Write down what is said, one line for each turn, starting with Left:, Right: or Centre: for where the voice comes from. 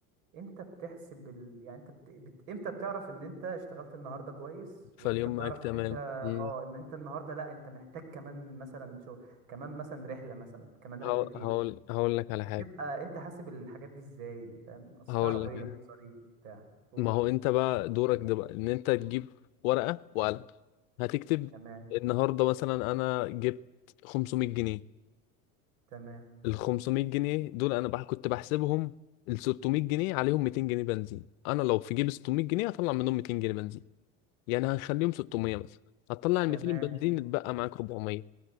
Right: امتى بتحسب ال... يعني انت بت... بت... امتى بتعرف ان انت اشتغلت النهارده كويس
Left: فاليوم
Right: وامتى بتعرف
Left: معاك تمام
Right: ان انت
Left: مم.
Right: اه ان انت النهارده لا انت محتاج كمان مثلا شو كمان مثلا رحله مثلا كمان
Left: هقول
Right: رحلتين
Left: هقول هقول لك على حاجة
Right: تبقى انت حاسب الحاجات دي ازاي فاهم اصل
Left: هقول
Right: في عربيه
Left: لك على حاجة
Right: ومصاريف بتاع اوه
Left: ما هو انت بقى دورك ده بقى ان انت تجيب ورقه وقلم هتكتب
Right: تمام
Left: النهارده مثلا انا جبت 500 جنيه
Right: تمام
Left: ال 500 جنيه دول انا بح كنت بحسبهم ال 600 جنيه عليهم 200 جنيه بنزين انا لو في جيب 600 جنيه هطلع منهم 200 جنيه بنزين يعني هنخليهم 600 مثلا هتطلع ال
Right: تمام
Left: 200 الباقيين يتبقى معاك 400